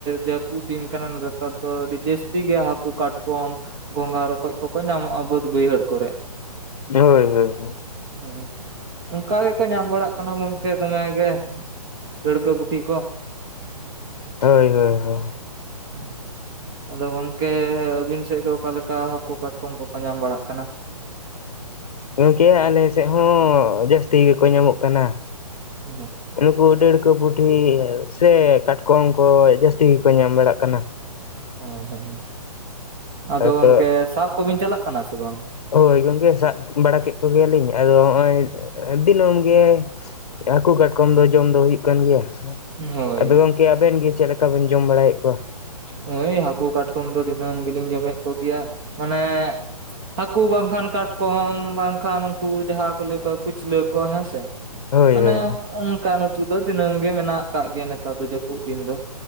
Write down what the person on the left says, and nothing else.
ᱦᱳᱭ ᱦᱳᱭ ᱦᱳᱭ
ᱦᱳᱭ ᱦᱳᱭ ᱦᱳᱭ
ᱜᱚᱢᱠᱮ ᱟᱞᱮ ᱥᱮᱫ ᱦᱚᱸ ᱡᱟᱹᱥᱛᱤ ᱜᱮᱠᱚ ᱧᱟᱢᱚᱜ ᱠᱟᱱᱟ᱾
ᱱᱩᱠᱩ ᱰᱟᱹᱲᱠᱟᱹ ᱯᱩᱴᱷᱤ ᱥᱮ ᱠᱟᱴᱠᱚᱢ ᱠᱚ ᱡᱟᱹᱥᱛᱤ ᱜᱮᱠᱚ ᱧᱟᱢ ᱵᱟᱲᱟᱜ ᱠᱟᱱᱟ ᱾
ᱛᱚ
ᱦᱳᱭ ᱜᱚᱝᱠᱮ ᱥᱟᱵ ᱵᱟᱲᱟ ᱠᱮᱫ ᱠᱚᱜᱮᱭᱟᱞᱤᱧ ᱟᱫᱚ ᱱᱚᱜᱼᱚᱭ ᱫᱤᱱᱟᱹᱢ ᱜᱮ ᱦᱟᱹᱠᱩ ᱠᱟᱴᱠᱚᱢ ᱫᱚ ᱡᱚᱢ ᱫᱚ ᱦᱩᱭᱩᱜ ᱠᱟᱱ ᱜᱮᱭᱟ ᱾
ᱟᱫᱚ ᱜᱚᱝᱠᱮ ᱟᱵᱮᱱ ᱜᱮ ᱪᱮᱫ ᱞᱮᱠᱟ ᱵᱮᱱ ᱡᱚᱢ ᱵᱟᱲᱟᱭᱮᱫ ᱠᱚᱣᱟ?
ᱦᱳᱭ
ᱦᱳᱭ